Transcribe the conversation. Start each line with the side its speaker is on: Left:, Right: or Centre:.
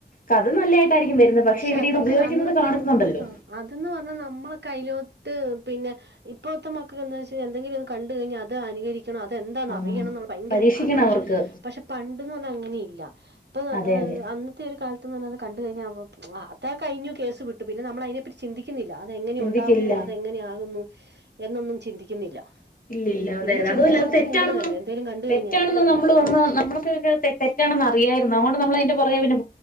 Left: കഥ നല്ലതായിട്ടായിരിക്കും വരുന്നത്
Right: പക്ഷെ
Left: ഇവര്
Right: അതൊക്കെ
Left: ഇത് ഉപയോഗിക്കുന്നത്
Right: അന്നത്തെ
Left: കാണുന്നുണ്ടല്ലോ
Right: ആഹ് അതന്ന് പറഞ്ഞാൽ നമ്മളെ കൈലോ ട്ട് പിന്നെ ഇപ്പോഴത്തെ മക്കക്ക് എന്താന്ന് വെച്ചാൽ എന്തെങ്കിലും ഒന്നുകണ്ട് കഴിഞ്ഞാൽ അത് അനുകരി ക്കണം അതെന്താന്ന്
Left: ആഹ്
Right: അറിയണം എന്നുള്ള ഭയങ്കര
Left: പരീക്ഷിക്കണം
Right: ഒരു ആകാംക്ഷ.
Left: അവർക്ക്
Right: പക്ഷെ പണ്ടെന്ന് പറഞ്ഞാൽ അങ്ങനെയില്ല. ഇപ്പം
Left: അതെ അതെ
Right: അന്നത്തെ ഒരു കാലത്തെന്നു പറഞ്ഞാ അത് കണ്ടു കഴിഞ്ഞാ അത് കഴിഞ്ഞു കേസ് വിട്ടു പിന്നെ നമ്മളതിനെപ്പറ്റി ചിന്തി ക്കുന്നില്ല അതെങ്ങനെയ
Left: ചിന്തിക്കില്ല
Right: ഉണ്ടാവുന്നു അതെങ്ങനെയാകുന്നു എന്നൊന്നും ചിന്തിക്കുന്നില്ല.
Left: ഇല്ലില്ല അതെ
Right: ഇന്ന്
Left: അതുമല്ല
Right: ചിന്താശക്തി
Left: അത് തെറ്റാണെന്ന്
Right: കൂടുതലല്ലേ എന്തേലും കണ്ട്
Left: തെറ്റാണെന്ന്
Right: കഴിഞ്ഞാല്
Left: നമ്മള് വന്ന് നമ്മൾക്കൊക്കെ തെറ്റാണെന്ന് അറിയായിരുന്നു. അതുകൊണ്ട് നമ്മളതിൻ്റെ പുറകെ പിന്നെ പോ